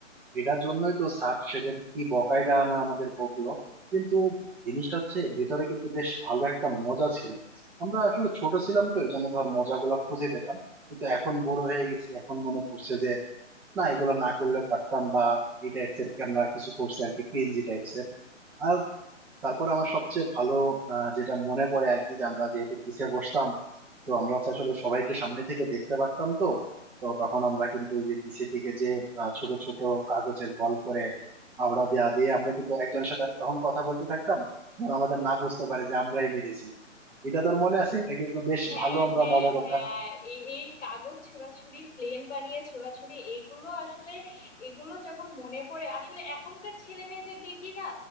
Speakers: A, in the centre; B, on the left.
A: এটার জন্যই তো স্যার সেদিন কি বকাইডা না আমাদের বকলো কিন্তু জিনিসটা হচ্ছে এর ভিতরে কিন্তু বেশ ভালো একটা মজা ছিল আমরা আসলে ছোট ছিলাম তো এই জন্য ধর মজাগুলা খুঁজে পেতাম কিন্তু এখন বড় হয়ে গেছি এখন মনে পড়ছে যে না এগুলো না করলে পারতাম বা এই টাইপস এর কি আমরা কিছু করছি আর কি ক্রিঞ্জি টাইপস এর আর তারপর আমার সবচেয়ে ভালো আহ, যেটা মনে পড়ে আর কি যে আমরা যেহেতু পিছিয়ে বসতাম তো আমরা হচ্ছে আসলে সবাইকে সামনে থেকে দেখতে পারতাম তো তো তখন আমরা কিন্তু ওই যে পিছিয়ে থেকে যে আহ, ছোট ছোট কাগজের বল করে আবড়া দেয়া দিয়ে আমরা কিন্তু একজনের সাথে আর তখন কথা বলতে থাকতাম যেন আমাদের না বুঝতে পারে যে আমরাই মেরেছি এটা তোর মনে আছে এটা কিন্তু বেশ
B: হ্যাঁ
A: ভালো আমরা
B: হ্যাঁ
A: মজা করতাম
B: হ্যাঁ এ- এই কাগজ ছোঁড়াছুড়ি প্লেন বানিয়ে ছোঁড়াছুড়ি এগুলো আসলে এগুলো যখন মনে পড়ে আসলে এখনকার ছেলে মেয়েদের দেখি না